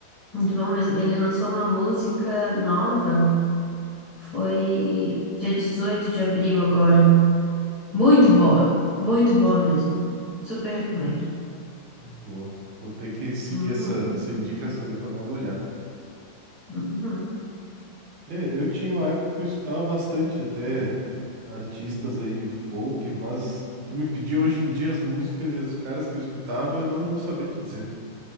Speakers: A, on the left; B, on the right.
A: Muito bom mesmo. Ele lançou uma música nova, foi dia 18 de abril agora. Muito boa, muito boa mesmo. Super recomendo.
B: Vou, vou ter que seguir
A: Uhum.
B: essa, essa indicação para dar uma olhada.
A: Uhum.
B: É, eu tinha uma época que eu escutava bastante até artistas aí folk, mas tu me pediu hoje em dia as músicas e os caras que eu escutava, eu não vou saber te dizer.